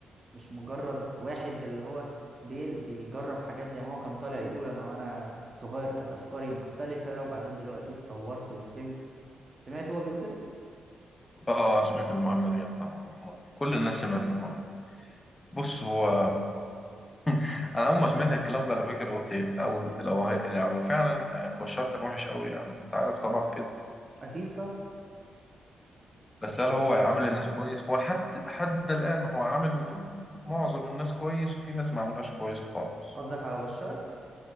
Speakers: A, on the right (about 25°); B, on the left (about 15°).
A: مش مجرد واحد اللي هو بي- بيجرب حاجات زي ما هو كان طالع يقول أنا وأنا صغير كانت أفكاري مختلفة وبعدين دلوقتي اتطورت وفهمت سمعت هو بيقول كده؟
B: آه آه، سمعت المقابلة دي طبعا كل الناس سمعت المقابلة دي بص هو <laughs> أنا أول ما سمعت الكلام ده على فكرة قلت إيه أول لو, هي... لو فعلا يعني بشار كان وحش قوي يعني أنت عارف طبعا كده
A: أكيد طبعا
B: بس هل هو عامل الناس كويس هو لحد حد الآن هو عامل معظم الناس كويس وفي ناس ما عملناش كويس خالص
A: قصدك على بشار؟